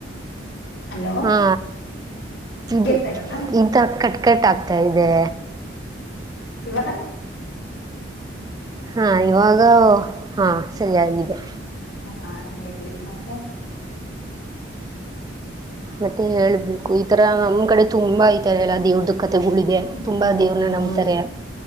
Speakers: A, on the left; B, on the right.
A: ಹಲೋ
B: ಹಾ, ಇದು
A: ಕೇಳಿಸ್ತಾ ಇಲ್ವಾ
B: ಇಂಥ ಕಟ್ ಕಟ್ ಆಗ್ತಾ ಇದೆ.
A: ಇವಾಗ
B: ಹಾ, ಇವಾಗ ಹಾ, ಸರಿಯಾಗಿದೆ.
A: ಹಾ, ಹೇಳಿ ಮತ್ತೆ
B: ಮತ್ತೆ ಹೇಳ್ಬೇಕು ಈತರ ನಮ್ ಕಡೆ ತುಂಬಾ ಐತಾರೆ ಎಲ್ಲ ದೇವ್ರ್ದು ಕತೆಗಳಿದೆ. ತುಂಬಾ
A: ಹ್ಮ್
B: ದೇವ್ರನ್ನ ನಂಬತಾರೆ.
A: ಹೌದು